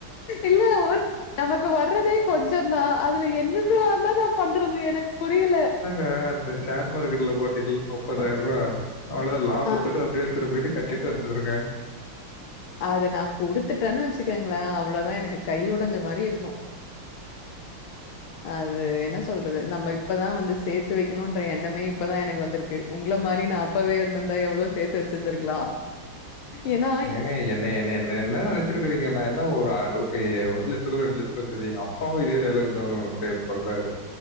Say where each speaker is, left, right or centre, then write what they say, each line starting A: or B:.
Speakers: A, on the left; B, on the left.
A: இல்ல ஓர் நமக்கு வர்றதே கொஞ்சந்தா அந் துல என்னென்னலாந்தா நா பண்றது எனக் புரியல
B: அ அந்த ஷேர் மார்கெட்ல போட்டீங்கள் முப்பதாயர்ருவா அவ்ளதா லாபத்தோட
A: அ
B: அப்டியே எத்துட்டு பேய்ட்டு கட்டிட்டு வந்துருங்க
A: அத நா குடுத்துட்டன்னு வெச்சுக்கங்களே அவ்ளதா எனக்கு கை ஒடஞ்ச மாரி இருக்கு அது என்ன சொல்றது நம்ப இப்பதா வந்து சேத் த்து வக்கனுன்ற எண்ணமே இப்பதா எனக்கு வந்துருக்கு உங்கள மாரி நா அப்பவே இருந்துருந்தா எவ்ளோ சேத்து வச்சிருந்திருக்கலா ஏன்னா
B: ஏங்க என்னைய என்ன என்ன என்ன நெனச் ச்சிருக்கீறீங்க எம்ம என்னா ஒரு ஆரு ஏ ஒர் லட்சரூவா ரெண்டு லட்ச ரூவா சரி எங்க அப்பாவு இதே டைலாக் தா சேம் சொல்றாரு